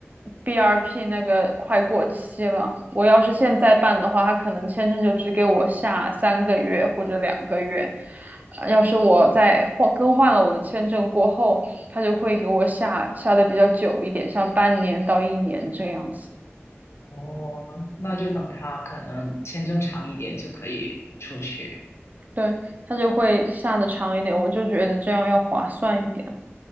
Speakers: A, on the right; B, on the left.
A: BRP 那个快过期了，我要是现在办的话，他可能签证就只给我下三个月或者两个月，呃要是我再换更换了我的签证过后，他就会给我下下的比较久一点，下半年到一年这样子，
B: 哦，那就等他可能签证长一点就可以出去。
A: 对，他就会下的长一点，我就觉得这样要划算一点，